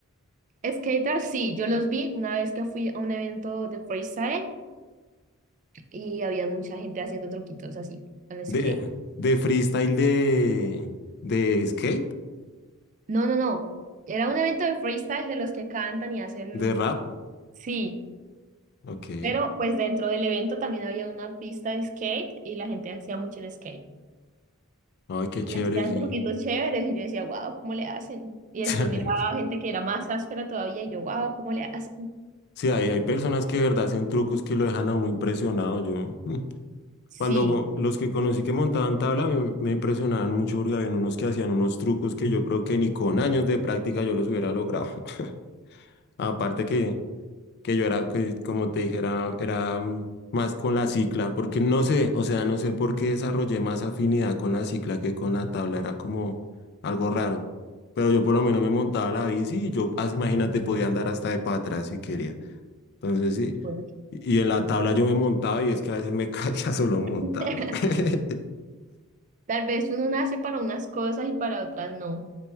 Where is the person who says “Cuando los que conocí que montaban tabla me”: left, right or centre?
Left